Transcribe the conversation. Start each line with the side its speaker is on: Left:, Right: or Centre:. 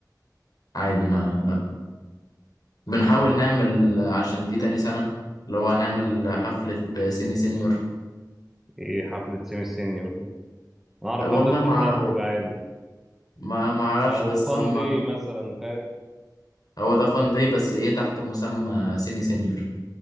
Left: عادي ما لا بنحاول نعمل عشان دي تاني سنة اللي هو نعمل حفلة سيمي سينيور
Centre: ايه حفلة سيمي سينيور دي انا اعرف
Left: والله
Centre: حفلة
Left: ما
Centre: تخرج
Left: أعرف-
Centre: عادي
Left: ما ما اعرفش
Centre: او
Left: بس
Centre: فان
Left: هم
Centre: دي مثلا فاهم
Left: هو ده فان داي بس ايه تحت مسمى سيمي سينيور